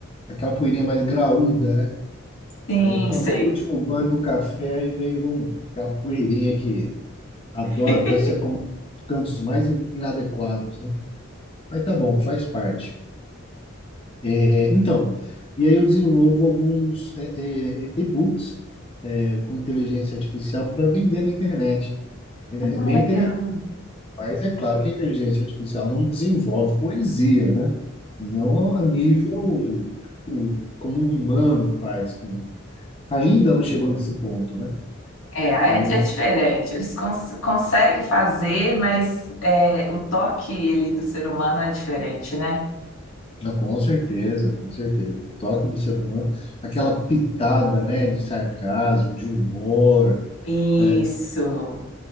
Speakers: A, on the left; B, on the left.
A: aquela poeirinha mais graúda, né?
B: sim,
A: Aí eu tomei
B: sei.
A: o último gole do café e veio um, aquela poeirinha que adora
B: <laughs>
A: se acomodar nos cantos mais in- inadequados, né? Mas tá bom, faz parte. É, então, e aí eu desenvolvo alguns é, é, e-books é, com inteligência artificial para vender na internet. É,
B: Ah,
A: é bem
B: legal.
A: Mas é claro que a inteligência artificial não desenvolve poesia, né? Não a nível tipo, como um humano faz. com- Ainda não chegou nesse ponto, né?
B: É, é,
A: Mas
B: é diferente. Eles cons conseguem fazer, mas é, o toque ali do ser humano é diferente, né?
A: ah, com certeza, com certeza. O toque do ser humano, aquela pitada, né, de sarcasmo, de humor,
B: Isso,
A: é,